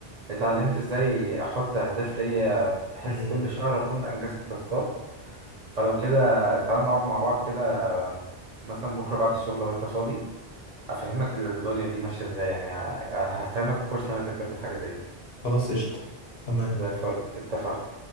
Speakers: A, on the right; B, on the left.
A: اتعلمت ازاي احط اهداف ليا بحيث
B: مم.
A: كل شهر اكون انجزت تاسكات فلو كده تعالوا نقعد مع بعض كده مثلا بكرة بعد الشغل لو انت فاضي افهمك الدنيا دي ماشية ازاي يعني ه- هفهمك الكورس اللي انا ذاكرته في حاجة زي دي
B: خلاص قشطة تمام
A: زي الفل اتفقنا